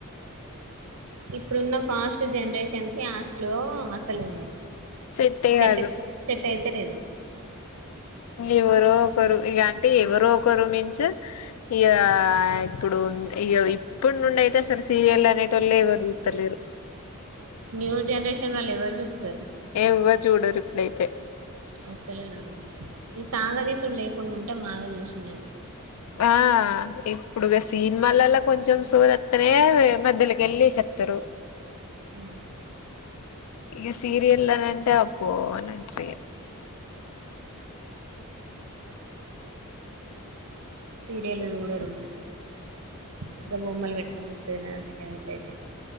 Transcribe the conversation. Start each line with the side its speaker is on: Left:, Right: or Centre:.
Right: ఇప్పుడున్న ఫాస్ట్ జనరేషన్ కి అస్లో అసలు
Left: సెట్టే
Right: సెట్
Left: కాదు
Right: సెట్ అయితలేదు
Left: ఎవరో ఒకరు ఇగ అంటే ఎవరో ఒకరు మీన్స్ యా ఇప్పుడు ఉన్ ఇదో పు నుండి అయితే సార్ సీరియల్ అనేటోల్లే ఎవరు చూత్తలేరు
Right: న్యూ జనరేషన్ వాళ్ళు ఎవరు చుత్తరు
Left: ఎవ్వరు చూడరు ఇప్పుడైతే
Right: అస్సలేరు ఈ సాగ దీసులు లేకుండా ఉంటే మాగాలు చూసు నేను
Left: ఆ ఇప్పుడు సినిమాలలో కొంచెం సోది తనే మధ్యలోకి ఎల్లి చెత్తరు
Right: ఉ
Left: ఇగ సీరియల్నీ అంటే అబ్బో అని అంటిగా
Right: సీరియల్ చూడరు ఇంగ బొమ్మలు పెట్టుకొని చూతది నా చిన్న బిడ్డ అయితే